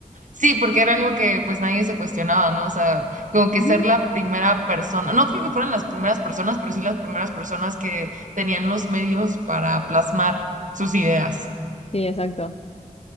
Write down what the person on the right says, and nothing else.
Sí, porque era algo que pues nadie se cuestionaba, ¿no? O sea, como que
ser la primera persona, no creo que fueran las primeras personas, pero sí las primeras personas que tenían los medios para plasmar sus ideas.